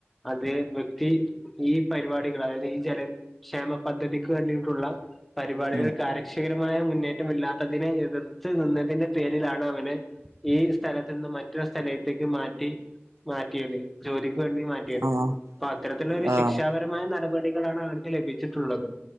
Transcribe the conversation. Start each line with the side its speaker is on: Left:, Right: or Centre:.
Centre: അതെ വ്യക്തി ഈ പരുപാടികള്, അതായത് ഈ ജ ക്ഷേമ പദ്ധതിക്ക് വേണ്ടി ട്ടുള്ള പരുപാടികൾ
Right: ഉം
Centre: കാര്യക്ഷകരമായമുന്നേറ്റമില്ലാ അതിന് <unintelligible> നിന്നതിന്റെ പേരിലാ അവനെ ഈ സ്ഥലത്തുന്ന്മറ്റൊ റ്റൊരു സ്ഥലത്തേക്ക് മാറ്റി മാറ്റിയത്. ജോലി <unintelligible> മാറ്റിയത്.
Right: ആഹ്
Centre: അത്തരത്തിലൊരു ശിക്ഷാപരമായ
Right: ആഹ്
Centre: ന പ്പടികളാണ് അവർക്ക് ലഭിച്ചിട്ടുള്ളത്.